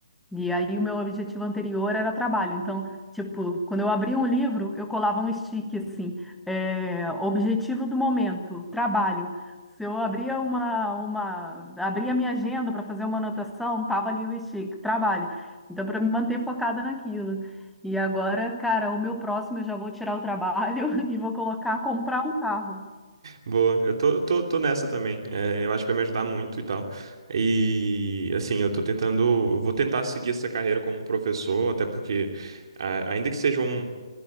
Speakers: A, in the centre; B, on the right (about 55°).
A: E aí o meu objetivo anterior era trabalho. Então, tipo, quando eu abria um livro, eu colava um stick assim, é, objetivo do momento, trabalho. Se eu abria uma, uma, abria minha agenda para fazer uma anotação, tava ali o stick, trabalho. Então, para me manter focada naquilo. E agora, cara, o meu próximo eu já vou tirar o trabalho <laughs> e vou colocar comprar um carro.
B: Boa, eu tô, tô, tô nessa também. É, eu acho que vai me ajudar muito e tal. E assim, eu tô tentando, eu vou tentar seguir essa carreira como professor, até porque, ah, ainda que seja um,